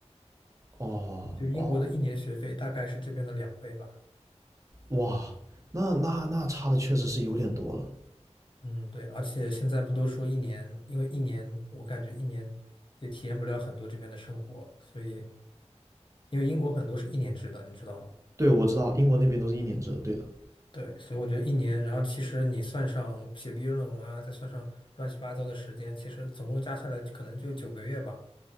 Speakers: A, on the right; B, on the left.
A: 哦哦，
B: 就英国的一年学费大概是这边的两倍吧。
A: 哇，那那那差的确实是有点多了。
B: 嗯，对，而且现在不都说一年，因为一年我感觉一年也体验不了很多这边的生活，所以因为英国很多是一年制的，你知道吗？
A: 对，我知道英国那边都是一年制的，对的。
B: 对，所以我觉得一年，然后其实你算上写毕业论文啊，再算上乱七八糟的时间，其实总共加下来可能就九个月吧。